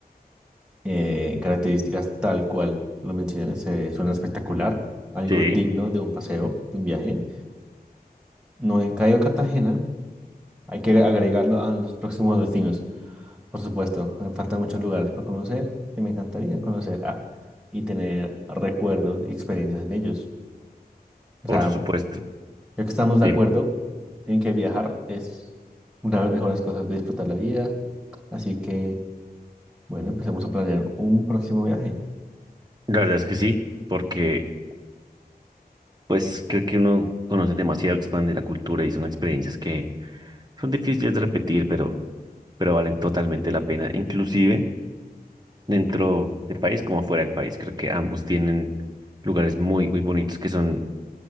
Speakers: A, in the centre; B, on the right.
A: eh, características tal cual lo mencioné, se suena espectacular, algo
B: Sí,
A: digno de un paseo, de un viaje. No en Cayo Cartagena, hay que agregarlo a los próximos destinos, por supuesto. Me faltan muchos lugares por conocer y me encantaría conocer ah, y tener recuerdos y experiencias en ellos. O
B: por
A: sea,
B: supuesto.
A: Creo que estamos de
B: Dime.
A: acuerdo en que viajar es una de las mejores cosas de disfrutar la vida. Así que, bueno, empecemos a planear un próximo viaje.
B: La verdad es que sí, porque pues creo que uno conoce demasiado, expande la cultura y son experiencias que son difíciles de repetir, pero, pero valen totalmente la pena, inclusive dentro del país como fuera del país. Creo que ambos tienen lugares muy, muy bonitos que son